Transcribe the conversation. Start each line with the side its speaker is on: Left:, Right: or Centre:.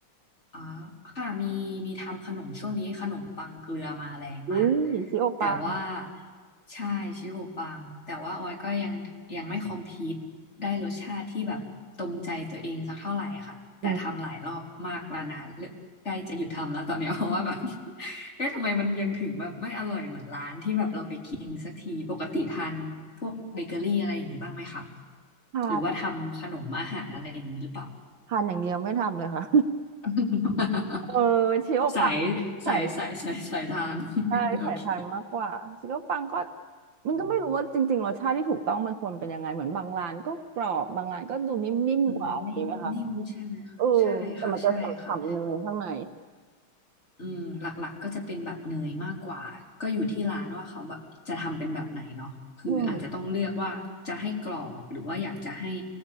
Left: อ๋อค่ะมีมีทำขนมช่วงนี้ขนมปังเกลือมาแรงมาก
Right: อุ้ยชิโอปัง
Left: แต่ว่าใช่ชิโอปังแต่ว่าออยก็ยังยังไม่คอมพีตได้รสชาติที่แบบตรงใจตัวเองสักเท่าไหร่ค่ะแต่ทำหลายรอบมากแล้วนะเลิกใกล้จะหยุดทำแล้วตอนเนี้ย
Right: อืม
Left: <laughs> เพราะว่าแบบ <laughs> เอ๊ะทำไมมันยังถึงแบบไม่อร่อยเหมือนร้านที่แบบเราไปกินสักทีปกติทานพวกเบเกอรี่อะไรอย่างนี้บ้างไหมคะ
Right: ทาน
Left: หรือว่าทำขนมอาหารอะไรอย่างนี้หรือเปล่า
Right: ทานอย่างเดียวไม่ทำเลยค่ะ
Left: <laughs>
Right: <laughs> เออชิโอปังใส่
Left: สายสายสายสายสายทาน
Right: ใช่ใส่ทานมากกว่าชิโอปังก็
Left: <laughs> โอเค
Right: มันก็ไม่รู้ว่าจริงๆรสชาติที่ถูกต้องมันควรเป็นยังไงเหมือนบางร้านก็กรอบบางร้านก็ดูนิ่มๆกว่าอะไรอย่างนี้ไหมคะ
Left: อืมอืมนิ่มใช่ไหมคะใช่ค่ะใช่ค่ะ
Right: เออแต่มันจะฉ่ำๆเนยข้างใน
Left: อืมหลักๆก็จะเป็นแบบเนยมากกว่าก็อยู่ที่ร้านว่าเขาแบบจะทำเป็นแบบไหนเนาะคืออาจจะต้องเลือกว่าจะให้กรอบหรือว่าอยากจะให้
Right: อืม